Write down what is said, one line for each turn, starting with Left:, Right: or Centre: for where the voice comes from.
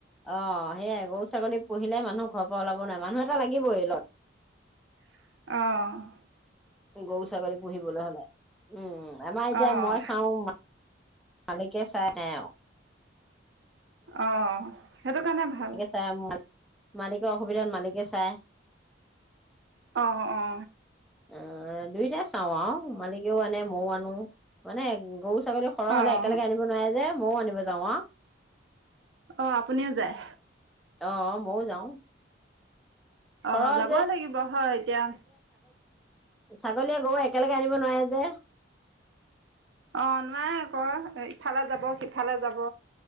Centre: অ সেয়াই গৰু ছাগলী পুহিলে মানুহ ঘৰৰ পৰা ওলাব নোৱাৰে মানুহ এটা লাগিবই লগত
Right: আহ
Centre: গৰু ছাগলী পুহিবলৈ হলে উম আমাৰ এতিয়া
Right: অ'
Centre: মই চাওঁ মালিকে চাই আৰু নাই আও
Right: অ সেইটো কাৰণে ভাল
Centre: কে চাই মালিক মালিকৰ অসুবিধাত মালিকে চায়
Right: আহ অ
Centre: অ দুইটাই চাওঁ আৰু মালিকেও আনে মইও আনো মানে গৰু ছাগলী সৰহ
Right: অ'
Centre: হলে একেলগে আনিব নোৱাৰে যে মইয়ো আনিব যাওঁ আও
Right: অ আপুনিও যায়
Centre: আহ মইও যাও
Right: আহ
Centre: সৰহ
Right: যাবই
Centre: যে
Right: লাগিব হয় এতিয়া
Centre: ছাগলীয়ে গৰুয়ে একেলগে আনিব নোৱাৰে যে
Right: অ নোৱাৰে আকৌ ইফালে যাব সিফালে যাব